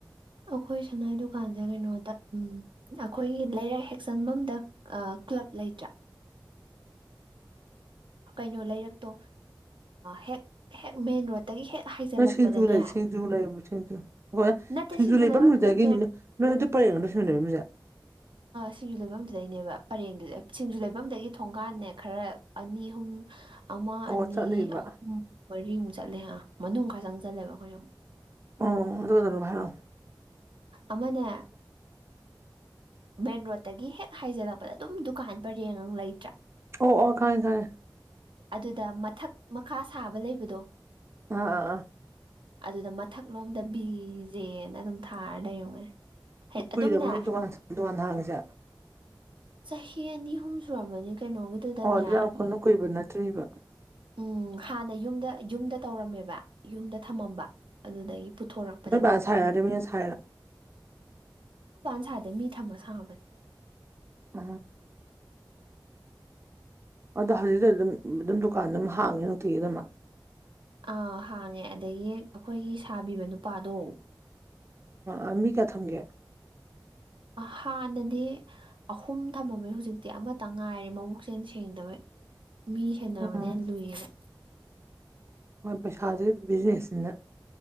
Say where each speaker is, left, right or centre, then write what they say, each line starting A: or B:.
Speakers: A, on the right; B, on the right.
A: ꯑꯩꯈꯣꯏ ꯁꯉꯥꯏ ꯗꯨꯀꯥꯟꯁꯦ ꯀꯩꯅꯣꯗ ꯎ ꯑꯩꯈꯣꯏꯒꯤ ꯂꯩꯔꯛ ꯍꯦꯛꯆꯪꯕꯗ ꯀ꯭ꯂꯕ ꯂꯩꯇ꯭ꯔꯥ ꯀꯩꯅꯣ ꯂꯩꯔꯛꯇꯣ ꯍꯦꯛ ꯃꯟ ꯔꯣꯗ ꯇꯒꯤ ꯍꯦꯛ ꯍꯥꯏꯖꯤꯜꯂꯛꯄꯗꯅꯦ
B: ꯅꯣꯏ ꯁꯤꯡꯖꯨ ꯂꯩ ꯁꯤꯡꯖꯨ ꯂꯩꯕ ꯁꯤꯡꯖꯨ ꯍꯣꯏ
A: ꯅꯠꯇꯦ
B: ꯁꯤꯡꯖꯨ ꯂꯩꯐꯝꯗꯨꯗꯒꯤ
A: ꯂꯩꯐꯝ ꯅꯠꯇꯦ ꯃꯦꯟ
B: ꯅꯣꯏ ꯑꯗꯨ ꯄꯔꯦꯡꯗ ꯁꯁꯤꯡ ꯂꯩꯕ ꯃꯤꯁꯦ
A: ꯁꯤꯡꯖꯨ ꯂꯩꯐꯝꯗꯨꯗꯩꯅꯦꯕ ꯄꯔꯦꯡꯗꯨꯗ ꯁꯤꯡꯖꯨ ꯂꯩꯐꯝꯗꯒꯤ ꯊꯣꯡꯒꯥꯟꯅꯦ ꯈꯔ ꯑꯅꯤ ꯑꯍꯨꯝ ꯑꯃ
B: ꯑꯣ
A: ꯑꯅꯤ
B: ꯆꯠꯂꯤꯕ
A: ꯑꯍꯨꯝ ꯃꯔꯤꯃꯨꯛ ꯆꯠꯂꯦ ꯑ ꯃꯅꯨꯡ ꯈꯔ ꯆꯪꯁꯜꯂꯦꯕ ꯑꯩꯈꯣꯏ ꯁ
B: ꯑꯣ ꯑꯗꯨ ꯀꯗ ꯍꯥꯏꯥꯏꯔꯣ
A: ꯑꯃꯅꯦ ꯃꯦꯟ ꯔꯣꯠꯇꯒꯤ ꯍꯦꯛ ꯍꯥꯏꯖꯜꯂꯛꯄꯗ ꯑꯗꯨꯝ ꯗꯨꯀꯥꯟ ꯄꯔꯦꯡꯉꯪ ꯂꯩꯇ꯭ꯔꯥ
B: ꯑꯣ ꯑꯣ ꯈꯥꯏꯌꯦ ꯈꯌꯦ
A: ꯑꯗꯨꯗ ꯃꯊꯛ ꯃꯈꯥ ꯁꯥꯕ ꯂꯩꯕꯗꯣ
B: ꯑꯥ
A: ꯑꯗꯨꯗ ꯃꯊꯛꯂꯣꯝꯗ ꯕꯤꯖꯦꯅ ꯑꯗꯨꯝ ꯊꯥꯔ ꯂꯩꯔꯝꯒꯅꯤ ꯍꯥꯏ
B: ꯀꯨꯏꯔꯕ
A: ꯑꯗꯨꯝꯅꯦ
B: ꯅꯣꯏ ꯗꯨꯀꯥꯟ ꯗꯨꯀꯥꯟ ꯊꯥꯡꯉꯁꯦ
A: ꯆꯍꯤꯍꯤ ꯑꯅꯤ ꯑꯍꯨꯝ ꯁꯨꯔꯝꯃꯅꯤ ꯀꯩꯅꯣꯒꯤꯗꯨꯗꯅꯦ
B: ꯑꯣ ꯑꯗꯨ ꯌꯥꯝ ꯀꯟꯅ
A: ꯎꯝ
B: ꯀꯨꯏꯕ ꯅꯠꯇ꯭ꯔꯤꯕ
A: ꯎꯝ ꯍꯥꯟꯅ ꯌꯨꯝꯗ ꯌꯨꯝꯗ ꯇꯧꯔꯝꯃꯦꯕ ꯌꯨꯝꯗ ꯊꯝꯃꯝꯕ ꯑꯗꯨꯗꯒꯤ ꯄꯨꯊꯣꯔꯛꯄꯅꯦꯕ
B: ꯅꯣꯏ ꯕꯥꯅ ꯁꯥꯔꯤꯔꯣ ꯅꯠꯇꯔꯒꯥ ꯃꯤꯅꯥ ꯁꯥꯏꯔꯣ
A: ꯑꯩ ꯁꯥꯗꯦ ꯃꯤ ꯊꯝꯃ ꯁꯥꯥꯡꯕꯅꯦ
B: ꯑ ꯑꯗꯣ ꯍꯧꯖꯤꯛꯇꯤ ꯑꯗꯨꯝ ꯑꯗꯨꯝ ꯗꯨꯀꯥꯟ ꯑꯗꯨꯝ ꯍꯥꯡꯉꯦ ꯅꯨꯡꯇꯤꯒꯤꯗꯃꯛ
A: ꯑꯥ ꯍꯥꯡꯉꯦ ꯑꯗꯒꯤ ꯑꯩꯈꯣꯏꯒꯤ ꯁꯥꯕꯤꯕ ꯅꯨꯄꯥꯗꯣ
B: ꯑ ꯃꯤ ꯀꯌꯥ ꯊꯝꯒꯦ
A: ꯍꯥꯟꯅꯗꯤ ꯑꯍꯨꯝ ꯊꯝꯃꯝꯃꯦ ꯍꯧꯖꯤꯛꯇꯤ ꯑꯃꯇ ꯉꯥꯏꯔꯦ ꯃꯕꯨꯛꯁꯦꯜ ꯁꯦꯡꯗꯕꯩ ꯃꯤ ꯁꯦꯟꯅꯕꯅꯥ
B: ꯎꯝ
A: ꯂꯨꯏꯌꯦꯕ
B: ꯍꯣꯏ ꯄꯩꯁꯥꯗꯨ ꯕꯤꯖꯤꯅꯦꯁꯁꯤꯅ